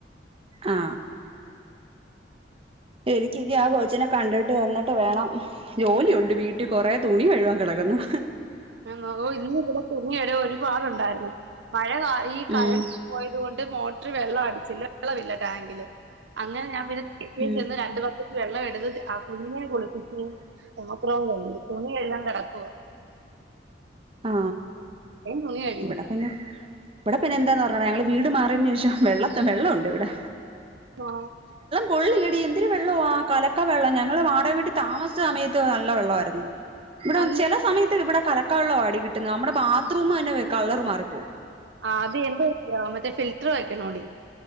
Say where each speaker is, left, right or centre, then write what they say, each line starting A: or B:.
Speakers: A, on the right; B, on the right.
A: ആ എനിക്ക് ഇനി ആ കോച്ചിനെ കണ്ടിട്ട് വന്നിട്ട് വേണം ജോലിയുണ്ട് വീട്ടിൽ കൊറെ തുണി കഴുകാൻ കെടക്ന്ന്
B: ആ ഓ ഇന്ന് ഇവിടെ തുണി ഒരുപാടുണ്ടായിരുന്നു മഴ കാ ഈ കറണ്ട്
A: ഉം
B: പോയത്കൊണ്ട് മോട്ടർ വെള്ള അടിച്ചില്ല വെള്ളമില്ല ടാങ്കില് അങ്ങനെ ഞാൻ പിന്നെ തെക്കെ
A: ഉം
B: ചെന്ന് രണ്ടു പക്കറ്റ് വെള്ളം എടുത്ത് ആ കുഞ്ഞിനെയും കുളി പാത്രം കഴുകി തുണി കഴുകാൻ കെടക്കുവ
A: ആ
B: തുണി കഴുകിയില്ല
A: ബെടെ പിന്നെ ബെടെ പിന്നെ എന്താ കാ ഞങ്ങള് വീട് മാറിയതിന് ശേഷം വെള്ളത്തി വെള്ളം ഉണ്ട് ഇവിടെ
B: ആ
A: കൊള്ളില്ലടീ എന്തില് വെള്ളോ ആ കലക്ക വെള്ളം ഞങ്ങള് വാടക വീട്ടിൽ താമസിച്ച സമയത്ത് നല്ല വെള്ളയിര്ന്ന് ഇവിടെ
B: അന്ന്
A: ചെല സമയത്ത് ഇവിടെ കലക്ക വെള്ളവാ ടീ കിട്ട്ന്ന നമ്മുടെ ബാത്റൂം തന്നെ വെക്കാനുള്ള മാറിപ്പോവും
B: ആ അത് എന്ത മറ്റേ ഫിൽട്ട്ർ <unintelligible>